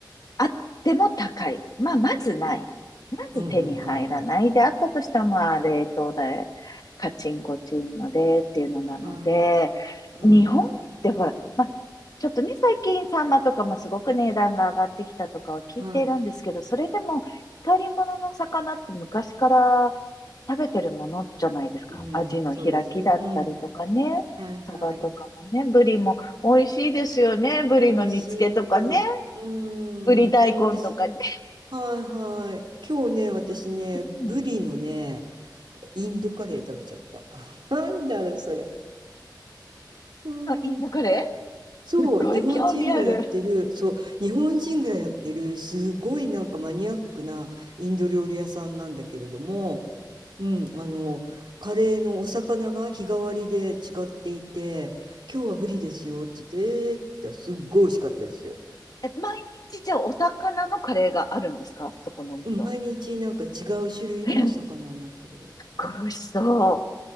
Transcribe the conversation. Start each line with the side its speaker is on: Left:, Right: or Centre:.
Left: あっても高い。まあ、まずない。まず手に入らない。
Right: うんうんうんうん。
Left: で、あったとしても、まあ、冷凍で、カチンコチンのでっていうのなので、
Right: はい。
Left: 日本ってほら、
Right: うん。
Left: まあ、ちょっとね、最近サンマとかもすごく値段が上がってきたとかは聞いているんですけど、
Right: は
Left: それでも光り物の魚って昔から食べてるものじゃないですか。
Right: い。うん。
Left: アジの開きだったりとかね、
Right: そうですね。うん。はいはい。
Left: サバとかもね、ブリも美味しいですよね。ブリの煮付けとかね。
Right: 美味しい。うーん。
Left: ぶり大根とかね。
Right: うん、私、はいはい。今日ね、私ね、
Left: うん
Right: ブリのね、インドカレー食べちゃった。<laughs> なんだろう、それ。うん。
Left: のインドカレ
Right: そう、
Left: ーすっごい興味ある。
Right: 日本人がやってる、そう、日本人がやってる、すごいなんかマニアックなインド料理屋さんなんだけれども、うん、あの、カレーのお魚が日替わりで違っていて、今日はブリですよって言って、えーって言ったらすっごい美味しかったです。
Left: え、毎日じゃあお魚のカレーがあるんですかそこのお店は。
Right: うん、毎日なんか違う種類のお魚のこれ、
Left: え、すっごい美味しそ